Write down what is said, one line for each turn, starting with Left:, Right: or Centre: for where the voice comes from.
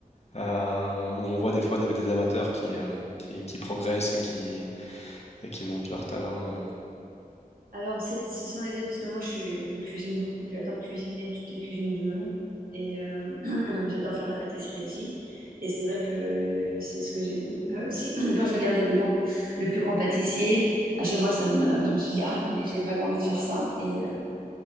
Left: euh, où on voit des fois des, des amateurs qui, euh, qui, qui progressent et qui, et qui montrent leur talent? euh
Right: Alors, c'est- ce sont les deux, parce que moi, je, suis- je cuisine beaucoup, j'adore cuisiner toutes les cuisines du monde et euh, <clears throat> j'adore faire de la pâtisserie aussi. Et c'est vrai que euh, c'est ce que j'ai vu euh, aussi <clears throat> quand je regardais le grand, le plus grand pâtissier. À chaque fois, ça me, je me suis dit, ah non, mais j'ai vraiment envie de faire ça. Et, euh,